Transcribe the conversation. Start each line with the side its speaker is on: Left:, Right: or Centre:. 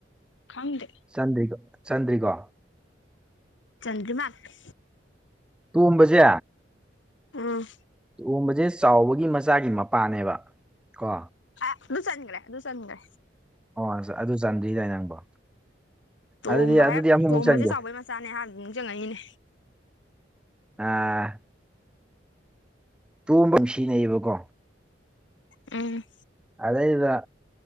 Left: ꯈꯪꯗꯦ
Centre: ꯆꯟꯗ꯭ꯔꯤꯒ ꯆꯥꯟꯗ꯭ꯔꯤꯒꯣ
Left: ꯆꯟꯗ꯭ꯔꯃꯥꯒ
Centre: ꯇꯣꯝꯕꯁꯦ
Left: ꯎꯝ
Centre: ꯇꯝꯕꯁꯦ ꯆꯥꯎꯕꯒꯤ ꯃꯆꯥꯒꯤ ꯃꯄꯥꯅꯦꯕ ꯀꯣ
Left: ꯑ ꯗꯨꯁꯟꯒ꯭ꯔꯦ ꯗꯨꯁꯟꯒ꯭ꯔꯦ
Centre: ꯑꯣ ꯑꯗꯨ ꯆꯥꯟꯗ꯭ꯔꯤꯗꯥꯏ ꯅꯪꯕꯣ
Left: ꯇꯣꯝꯕ
Centre: ꯑꯗꯨꯗꯤ ꯑꯗꯨꯗꯤ
Left: ꯍꯥꯏꯞ
Centre: ꯑꯃꯃꯨꯛ
Left: ꯇꯣꯝꯕꯁꯦ
Centre: ꯆꯟꯒꯦ
Left: ꯆꯥꯎꯕꯩ ꯃꯆꯥꯅꯦ <unintelligible> ꯅꯤꯡꯁꯤꯡ ꯉꯛꯏꯅꯤ
Centre: ꯑꯥ ꯇꯣꯝꯕ ꯅꯨꯡꯁꯤꯅꯩꯌꯦꯕꯀꯣ
Left: ꯎꯝ
Centre: ꯑꯗꯩ ꯗꯨꯗꯥ